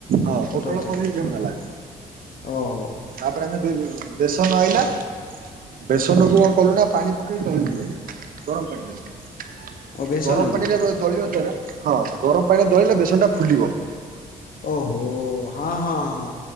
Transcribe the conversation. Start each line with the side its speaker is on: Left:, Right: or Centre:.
Right: ହଁ
Left: ପୋଟଲ
Right: ପୋଟଳ
Left: ଛାଣିଦେଲ
Right: ପନିର ଛାଣିଦେଲା।
Left: ଓହୋ।
Right: ତାପରେ ଆମେ ବେସନ ଆଇଲା। ବେସନକୁୁ କଣ କଲୁ ନା ପାଣି ପକେଇ ଦଳିଲୁ ଗରମ ପାଣି ଦେଇ
Left: ଓ ବେସନକୁ
Right: ଗରମ ପାଣିରେ ଦଳିବା ଦ୍ଵାରା ହଁ ଗରମ ପାଣିରେ ଦଳିଲେ ବେସନ ଟା ଫୁଲିବ।
Left: ଓହୋ ହଁ ହଁ ହଁ